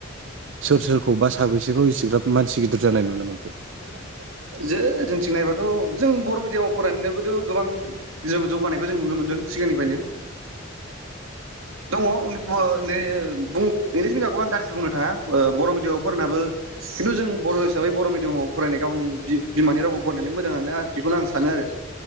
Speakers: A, on the right (about 60°); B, on the right (about 85°).
A: सोर सोरखौ बा साबैसेखौ एसेग्राब मानसि गिदिर जानाय नुनो मोनो? <inaudible>
B: जो जोंथिं नायबाथ' जों बर' मिडयामाव फरायनायाबोथ गोबां जोबोद जौगानायखौ जों नुनो मोनदों सिगांनिफ्रायनो दङ <unintelligible> <unintelligible> ने बु इंलिस मिडियामखौबो आं गाज्रि बुंनो आ ओ बर' मिडियामाव फरायनाबो खिन्थु जों बर' हिसाबै बर मिडियामाव फरायनाय गावनि बि बिमानि रावखौ फरायनानै मोजां हानो बेखौनो आं सानो आरो।